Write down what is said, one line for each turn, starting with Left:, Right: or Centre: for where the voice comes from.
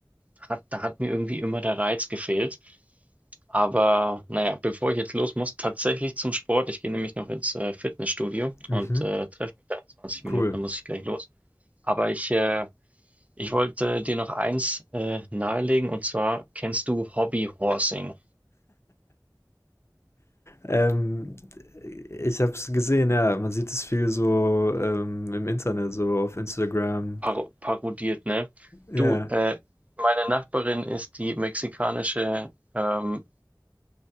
Right: hat, da hat mir irgendwie immer der Reiz gefehlt. Aber naja, bevor ich jetzt los muss, tatsächlich zum Sport. Ich gehe nämlich noch ins äh, Fitnessstudio
Left: mhm,
Right: und äh, treffe mich da in 20
Left: cool.
Right: Minuten, dann muss ich gleich los. Aber ich äh, Ich wollte dir noch eins äh, nahelegen und zwar kennst du Hobbyhorsing,
Left: Ähm, ich habe es gesehen, ja. Man sieht es viel so ähm, im Internet, so auf Instagram.
Right: paro parodiert, ne?
Left: Ja.
Right: Du, äh, meine Nachbarin ist die mexikanische, ähm,